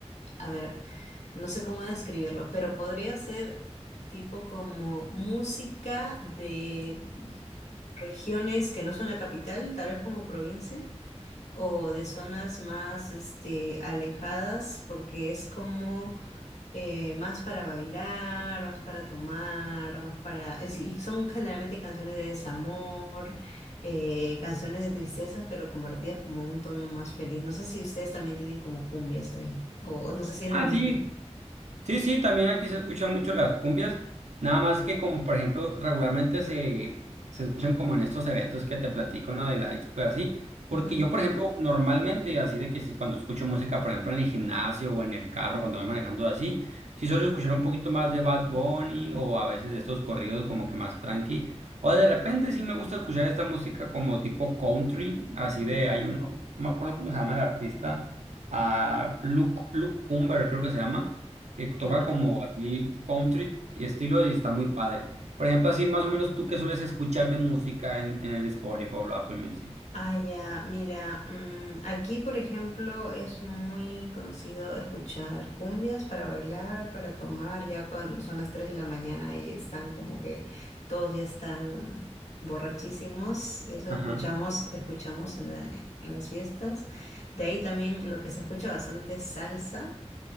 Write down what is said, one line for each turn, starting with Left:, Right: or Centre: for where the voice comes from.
Left: a ver. No sé cómo describirlo, pero podría ser tipo como música de regiones que no son la capital, tal vez como provincia, o de zonas más este, alejadas, porque es como eh, más para bailar, más para tomar, más para... es- Y son generalmente canciones de desamor, eh, canciones de tristeza, pero convertidas como un tono más feliz. No sé si ustedes también tienen como cumbias ahí, o o no sé si es
Right: Ah,
Left: lo mismo.
Right: sí, Sí, sí, también aquí se escuchan mucho las cumbias, nada más que como por ejemplo regularmente se, se escuchan como en estos eventos que te platico, ¿no? De la expo y así, porque
Left: Ujú.
Right: yo por ejemplo normalmente así de que si- cuando escucho música por ejemplo en el gimnasio o en el carro cuando voy manejando así, sí suelo escuchar un poquito más de Bad Bunny o a veces de estos corridos como que más tranqui, o de repente sí me gusta escuchar esta música como tipo country, así
Left: Ujú.
Right: de hay uno, no me acuerdo cómo se llama el artista, ah, Luke, Luke Cumber creo que se llama que toca
Left: Ajá.
Right: como así country y estilo y está muy padre. Por ejemplo, así más o menos tú qué sueles escuchar de música en, en el Spotify o Apple Music.
Left: Ah, ya, mira, mm, aquí por ejemplo es muy conocido escuchar cumbias para bailar, para tomar, ya cuando son las 3 de la mañana y están como que todos ya están borrachísimos, eso
Right: Ajá.
Left: escuchamos, escuchamos en la- en las fiestas. De ahí también lo que se escucha bastante es salsa.